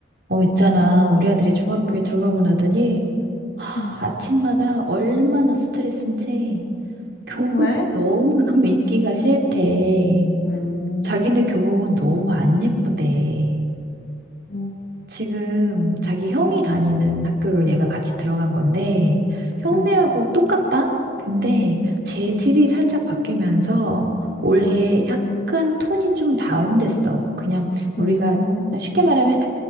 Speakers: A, on the right; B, on the left.
A: 어, 있잖아. 우리 아들이 중학교에 들어가고 나더니, 아,
B: 음.
A: 아침마다 얼마나 스트레스인지 교복이
B: 왜?
A: 너무너무 입기가 싫대.
B: 음,
A: 자기네 교복은 너무 안 예쁘대.
B: 음,
A: 지금 자기 형이 다니는 학교를 얘가 같이 들어간 건데, 형네하고
B: 음,
A: 똑같다? 근데 재질이 살짝 바뀌면서 올해 약간 톤이 좀 다운됐어. 그냥 우리가
B: 음,
A: 쉽게 말하면